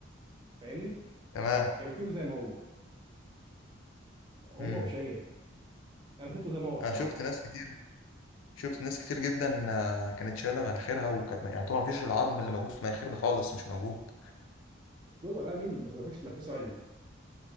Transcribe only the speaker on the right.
فاهمني
يا بتسيبه زي ما هو هما
اوبشنين انا سبته زي ما هو الصراحه
يا دوبك اجل بس ما كنتش تنفسه عدل ما